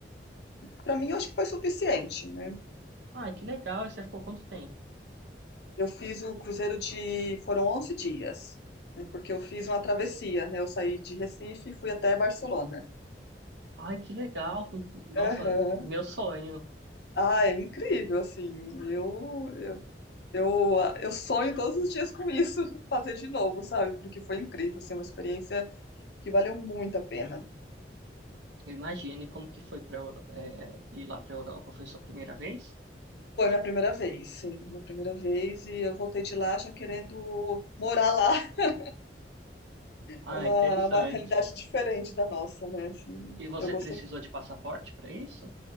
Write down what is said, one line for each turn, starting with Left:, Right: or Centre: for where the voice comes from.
Left: Para mim, eu acho que foi suficiente, né?
Right: Ah, que legal. E você ficou quanto tempo?
Left: Eu fiz o cruzeiro de. Foram 11 dias, né, porque eu fiz uma travessia, né? Eu saí de Recife e fui até Barcelona.
Right: Ai, que legal. que- Nossa,
Left: Aham.
Right: meu sonho.
Left: Ah, é incrível, assim. Eu, eu, eu, eu sonho todos os dias com isso, <laughs> fazer de novo, sabe? Porque foi incrível, assim, uma experiência que valeu muito a pena.
Right: Imagine como que foi para ir lá para Europa. Foi sua primeira vez?
Left: Foi minha primeira vez, sim, minha primeira vez, e eu voltei de lá já querendo morar lá, <laughs>
Right: Ah,
Left: É uma,
Right: interessante.
Left: uma realidade diferente da nossa, né? Assim,
Right: E você
Left: eu gostei
Right: precisou de passaporte para isso?